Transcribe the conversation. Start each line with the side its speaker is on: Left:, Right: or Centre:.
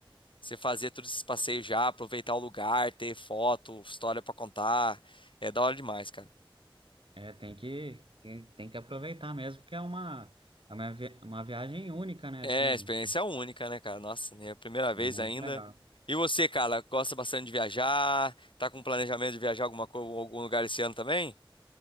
Left: você fazer todos esses passeios já, aproveitar o lugar, ter foto, história pra contar. É da hora demais, cara.
Right: é, tem que, que- tem que aproveitar mesmo, porque é uma, é uma, vi- uma viagem única, né?
Left: É,
Right: Assim,
Left: experiência é única, né, cara? Nossa, né? Primeira vez
Right: é muito
Left: ainda.
Right: legal.
Left: E você, cara, gosta bastante de viajar? Tá com planejamento de viajar alguma coisa, algum lugar esse ano também?